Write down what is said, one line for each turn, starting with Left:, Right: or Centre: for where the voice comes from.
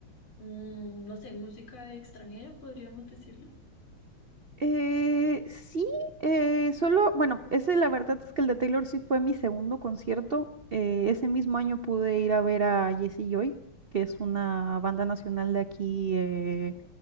Left: mm, no sé, música extranjera, podríamos decirlo.
Right: Eh, sí, eh, solo, bueno, ese la verdad es que el de Taylor sí fue mi segundo concierto. Eh, ese mismo año pude ir a ver a Jesse Joy, que es una banda nacional de aquí eh,